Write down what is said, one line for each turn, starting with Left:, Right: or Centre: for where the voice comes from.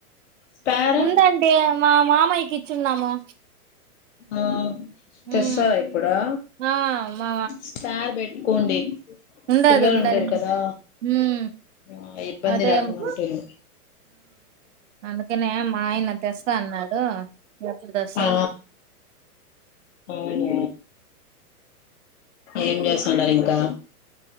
Left: స్పేర్
Right: ఉందండి మా మా మాయికి ఇచ్చున్నాము
Left: ఆ
Right: హ్మ్
Left: తెస్తారా ఇప్పుడా
Right: ఆ మా
Left: స్పార్ పెట్టుకోండి
Right: ఉండది
Left: పిల్లలు
Right: ఉండది
Left: ఉండేరు కదా
Right: ఉమ్
Left: ఆ ఇబ్బంది
Right: అదే
Left: లేకుండా
Right: ఉమ్
Left: ఉంటుంది
Right: అందుకనే మా ఆయన తెస్తా అన్నాడు తేస్తాడు
Left: ఆ అవును ఏం చేస్తున్నారు ఇంకా